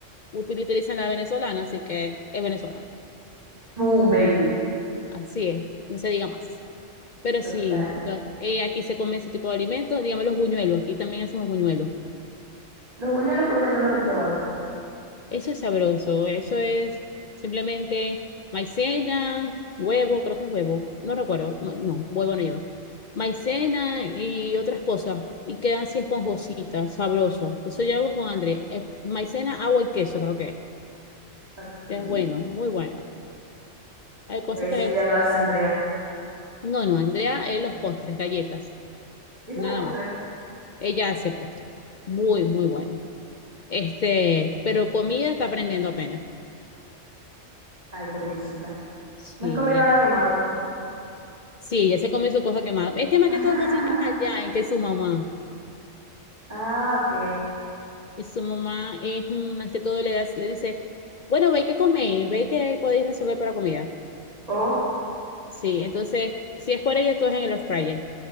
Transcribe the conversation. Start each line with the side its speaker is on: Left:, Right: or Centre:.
Left: Util- Utilizan la venezolana, así que es venezolana.
Right: Boom, baby.
Left: Así es, no se diga más. Pero sí,
Right: Total.
Left: lo- eh, aquí se come ese tipo de alimentos, dígame los buñuelos, aquí también hacemos buñuelos.
Right: Los buñuelos creo que no los he probado.
Left: Eso es sabroso, eso es simplemente maicena, huevo, creo que es huevo, no recuerdo, ma- no, huevo no lleva. Maicena y otras cosas, y quedan así esponjositas, sabroso. Eso yo hago con André, eh, maicena, agua y queso, creo que. es.
Right: Aquí.
Left: Queda bueno, muy bueno. Hay cosas
Right: ese
Left: que me...
Right: un día lo hace Andrea.
Left: No, no, Andrea es los postres, galletas,
Right: ¿Y eso
Left: nada
Right: no es postre?
Left: más. Ella hace postres, muy, muy bueno. Este, pero comida está aprendiendo apenas.
Right: Ay, pobrecita.
Left: Sí,
Right: No comió nada quemado.
Left: Sí, ella se come su cosa quemada. Es que más
Right: <laughs>
Left: que todo cocina es allá, en que su mamá.
Right: Ah, ok.
Left: Y su mamá es mm, más que todo le, das- le dice, bueno, ve que coméis, ve que podéis resolver para comida.
Right: Oh.
Left: Sí, entonces, si es por ella, todo es en el air fryer.